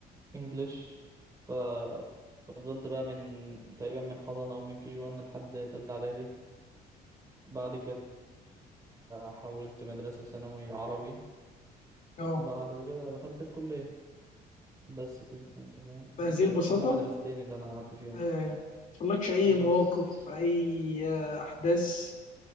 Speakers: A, on the right; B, on the left.
A: انجليش ففضلت بقى من تقريبا من حضانة او من كي جي 1 لحد تالتة اعدادي بعد كده حولت مدرسة ثانوي عربي
B: اه
A: بعد كده دخلت الكلية بس كده انت فاهم
B: بهذه
A: ده
B: البساطه
A: هما مدرستين اللي انا قعدت فيهم
B: أه مطلقش اي مواقف
A: بس
B: اي آه، احداث